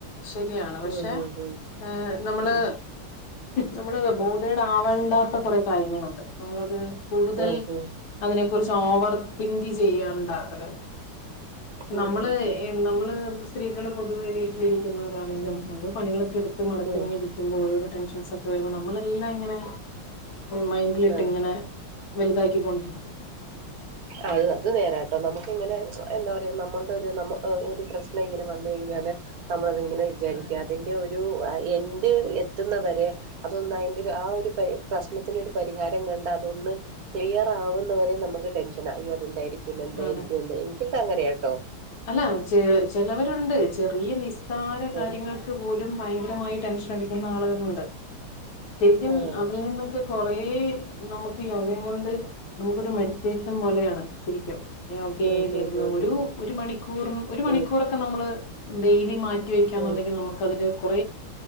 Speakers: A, on the left; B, on the right.
A: ശരിയാണ്
B: ഉം
A: പക്ഷെ
B: ഉം ഉം
A: ഹെ നമ്മളെ
B: ഉം
A: നമ്മള് ബോധയുടെ ആവേണ്ടാത്ത കുറെ കാര്യങ്ങളുണ്ട് നമ്മളത് കൂടുതൽ
B: ഉം ഉം
A: അതിനെ കുറിച്ച് ഓവർ തിങ്ക് ചെയ്യാൻ ണ്ടാത്ത കാര്യം
B: ഉം
A: നമ്മള്
B: ഉം
A: നമ്മള് സ്ത്രീകൾ പൊതുവെ വീട്ടിലിരിക്കുന്നവരാണങ്കിലും ഓരോ പണികള്ക്കെടുത്ത് മടത്ത്
B: ഉം
A: ഇങ്ങനെ രി ഓരോരോ ടെൻഷൻസ് ഒക്കെ വരുമ്പോ നമ്മളെല്ലം അങ്ങനെ മൈൻഡിലിട്ട്
B: ഉം
A: ഇങ്ങനെ വലുതാക്കിക്കൊണ്ടിരിക്കും.
B: അത് അത് നേരാ നമുക്കിങ്ങനെ എന്താ പറയ നമ്മളുടെ ഒരു നമ്മ ഒരു പ്രശ്നം ഇങ്ങനെ വന്നു കഴിഞ്ഞാൽ നമ്മളത്ങ്ങനെ വിചാരിക്കാതെ
A: അതെ
B: അതിന്റെ ഒരു എന്റെ എത്തുന്നവരെ അതൊന്ന് അതിന്റെ ആ ഒര് പ്രശ്നത്തിന് ഒരു പരിഹാരം കണ്ട അതൊന്ന് ക്ലിയർ ആവുന്നവരെ നമുക്ക് ടെൻഷൻ അയ്യോ അതെന്തായിരിക്കും എന്തായിരിക്കും
A: അതെ
B: എന്ത എനിക്കൊ അങ്ങനെയട്ടോ
A: അല്ല ചെ ചിലവരുണ്ട് ചെറിയ നിസ്സാര കാര്യങ്ങൾ
B: ആഹ്
A: ക്ക് ഭയങ്കരമായി ടെൻഷൻ അടിക്കുന്ന ആളുകളുണ്ട് ശരിക്കും
B: ആഹ്
A: അതിൽ നിന്നൊ കുറ നമുക്ക് യോഗം കൊണ്ട് നമുക്കൊരു മെ ഡിറ്റേറിയൻ പോലെയാണ് ശരിക്കുംകന്ന്
B: ഉം ഉം ഉം ഉം
A: ഒരു
B: ഉം
A: ഒരു മണിക്കൂർ ഒരു
B: ഉം
A: മണിക്കൂറക്കെ നമ്മള് ഡെയിലി മാറ്റി വെക്കാന്നുണ്ടെങ്കിൽ
B: ഉം
A: നമുക്ക് അതില് കുറ